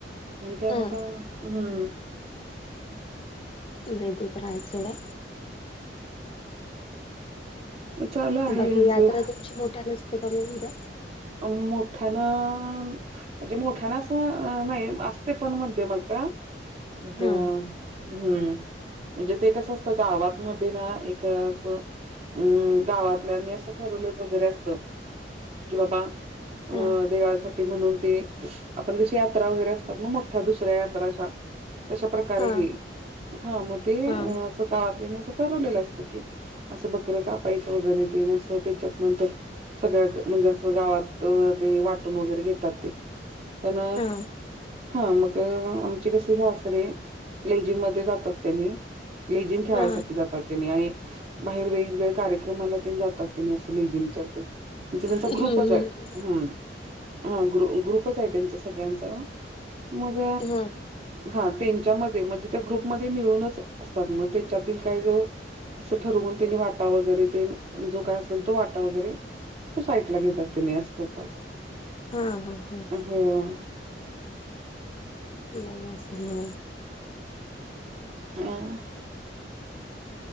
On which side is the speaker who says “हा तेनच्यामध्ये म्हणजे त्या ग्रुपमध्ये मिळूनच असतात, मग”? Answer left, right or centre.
Right